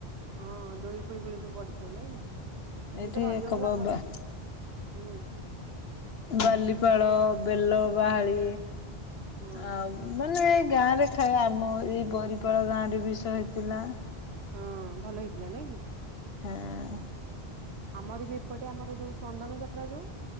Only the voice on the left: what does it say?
ଏଠି
ଏକବ
ବା
ବାଲିପାଳ ବେଲ ବାହାଳି
ଆଉ ମାନେ ଏଇ ଗାଁ ରେ ଖାଏ ଆମ ଏଇ ବରିପାଳ ଗାଁ ରେ ବିଷ ହେଇଥିଲା
ହଁ